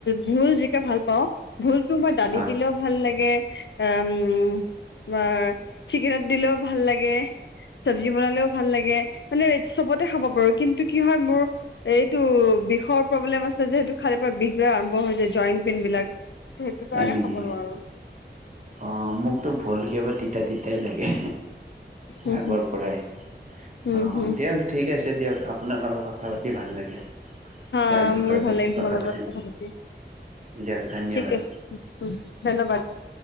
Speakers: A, on the left; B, on the right.
A: ভোল জিকা ভাল পাওঁ, ভোলতো মই দালিত
B: অ
A: দিলেওঁ ভাল লাগে, উম তোমাৰ চিকেনত দিলেওঁ ভাল লাগে চব্জি বনালেওঁ ভাল লাগে মানে চবতে খাব পাৰো, কিন্তু কি হয় মোৰ এইটো বিষৰ প্ৰব্লেম আ ছে যে হেইতু খালে পুৰা বিষবিলক আৰম্ভ হৈ যায়, জইণ্ট পেইন বিলাক। সেইটো কাৰণে
B: হয় নেকি?
A: খাব নোৱাৰো
B: অ' মোকতো ভোল কিয় বা তিতা তিতাই লাগে?
A: উম
B: আগৰ
A: হম
B: পৰাই,
A: উম
B: অ'
A: হম
B: দিয়া। ঠিক আছে দিয়ক, আপোনাল লগত কথা পাতি ভাল লাগিল।
A: হা
B: ইয়াৰ বিষয়ে
A: মোৰো ভাল
B: পিছত
A: লাগিল তোমাৰ লগত
B: পাতিম
A: কথা পাতি,
B: দিয়ক ধন্যবাদ
A: ঠিক আছে। উম ধন্যবাদ।